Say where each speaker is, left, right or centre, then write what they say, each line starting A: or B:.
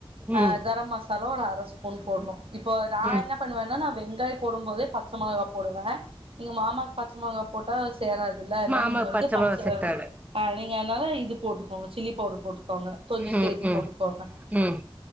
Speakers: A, on the right; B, on the right.
A: ம்
B: ஆஹ் கரம் மசாலா ஒரு அர ஸ்பூன் போட்ணு இப்போ நா
A: ம்
B: என்னப் பண்ணுவேன்ன நா வெங்காயப் போடும் போதே பச்சை மொளகா போடுவ நீங்க மாமாக்கு பச்ச மொளகா போட்டா சேராது ல
A: மாமா
B: நீங்க வந்து பச்ச
A: மொளகா செட்டாரு
B: நீங்க அதனால இது போட்டுக்கோங்க சில்லி பவுட்ரு போட்டுக்கோங்க கொஞ்ச
A: ம்
B: சேத்தி
A: ம்
B: போட்டுக்கோங்க
A: ம்